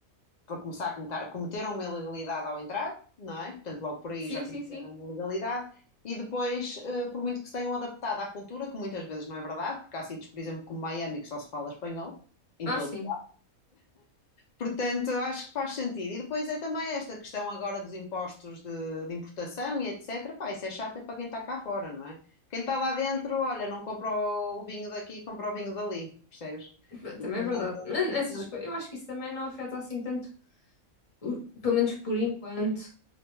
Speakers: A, on the left (about 85°); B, on the left (about 30°).
A: para começar a cometer, cometeram uma ilegalidade ao entrar, não é? Portanto, logo por aí
B: Sim,
A: já cometeram
B: sim, sim.
A: uma ilegalidade. E depois, eh, por muito que se tenham adaptado à cultura, que muitas vezes não é verdade, porque há sítios, por exemplo, como Miami, que só se fala espanhol, em
B: Ah,
A: todo.
B: sim.
A: Portanto, acho que faz sentido. E depois é também esta questão agora dos impostos de, de importação e etc. Pá, isso é chato é para quem está cá fora, não é? Quem está lá dentro, olha, não compra o vinho daqui, compra o vinho dali, percebes?
B: P-
A: Portanto,
B: Também é verdade. Mas essas coisas, eu acho que isso também não afeta assim tanto, o- pelo menos por enquanto,